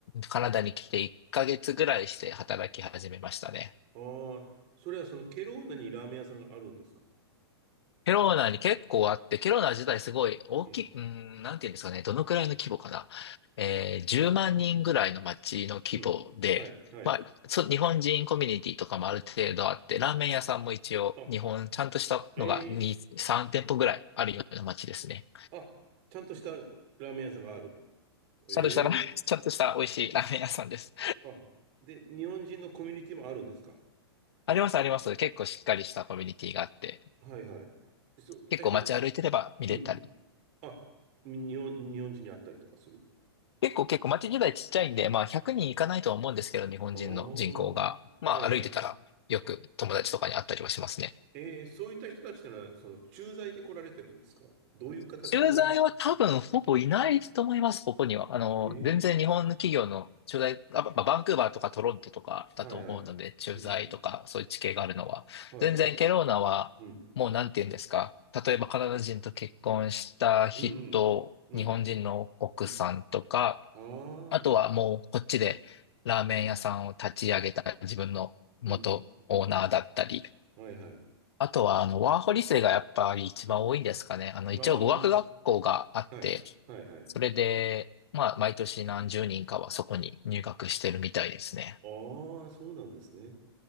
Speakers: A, on the left; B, on the right.
A: カナダに来て1ヶ月ぐらいして働き始めましたね。
B: ああ、それはそのケローナにラーメン屋さんがあるんですか
A: ケローナに結構あって、ケローナ自体すごい大きい、
B: うん、
A: うーん、なんていうんですかね、どのくらいの規模かな。えー、10万人ぐらいの町の規模で、
B: うん、はい、はい。
A: まあ、そ日本人コミュニティとかもある程度あって、ラーメン屋さんも一応、
B: あ、
A: 日本、ちゃんとしたのが2、
B: ええ
A: 3店舗ぐらいあるような町ですね。
B: あ、ちゃんとしたラーメン屋さんがある。ええ
A: ちゃんとしたラーメン、<laughs> ちゃんとした美味しいラーメン屋さんです。
B: あ、で、日本人のコミュニティもあるんですか
A: <laughs> あります、あります。結構しっかりしたコミュニティがあって、
B: はい、はい。そういった人で、
A: 結構街歩いてれば見れたり。
B: うん、あ、日本、日本人に会ったりとかする。
A: 結構結構街自体ちっちゃいんで、まあ100人いかないとは思うんですけど、日本人の人口が。
B: ああ、
A: まあ歩いてたらよく友達とかに会ったりはしますね。
B: はいはい。えー、そういった人たちなら、その、駐在で来られてるんですかどういう形の人、
A: 駐在は多分ほぼいないと思います、ここには。あの、
B: ええ
A: 全然日本の企業の駐在、あ、ばバンクーバーとかトロントとかだと思うので、
B: ー、はいはい。
A: 駐在とかそういう地形があるのは。
B: うんうん。はいはい。
A: 全然ケローナはもうなんて言うんですか。
B: うん。
A: 例えばカナダ人と結婚した人、
B: うんうん。うん。
A: 日本人の奥さんとか、
B: うん。あ
A: あとはもうこっちでラーメン屋さんを立ち上げた自分の元オーナーだったり、
B: あ、うん。はいはい。
A: あとはあのワーホリ生がやっぱり一番多いんですかね。あの一応語学学校があって、
B: ああ、はい。はいはい。
A: それで、まあ毎年何十人かはそこに入学してるみたいですね。
B: ああ、そうなんですね。